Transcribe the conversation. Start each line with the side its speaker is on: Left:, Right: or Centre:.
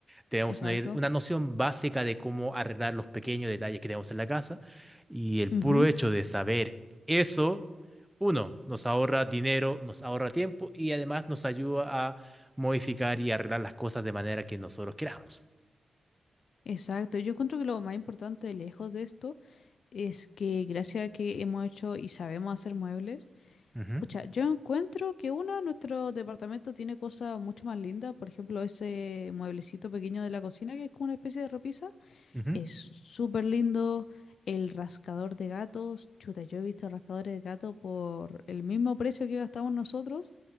Centre: Tenemos
Left: exacto.
Centre: una, id- una noción básica de cómo arreglar los pequeños detalles que tenemos en la casa y el puro
Left: Ujú,
Centre: hecho de saber eso, uno, nos ahorra dinero, nos ahorra tiempo y además nos ayuda a modificar y arreglar las cosas de manera que nosotros queramos.
Left: exacto. Yo encuentro que lo más importante lejos de esto es que gracias a que hemos hecho y sabemos hacer muebles,
Centre: Ujú,
Left: pucha, yo encuentro que una, nuestro departamento tiene cosas mucho más lindas. Por ejemplo, ese mueblecito pequeño de la cocina que es como una especie de repisa,
Centre: ujú.
Left: es súper lindo. El rascador de gatos, chuta, yo he visto rascadores de gato por el mismo precio que gastamos nosotros,